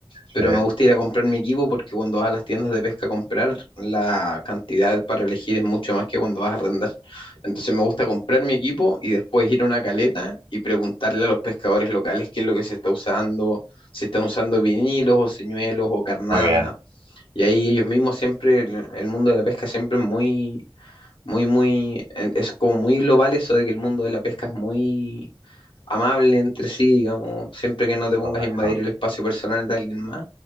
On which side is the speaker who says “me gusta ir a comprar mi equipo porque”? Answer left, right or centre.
Left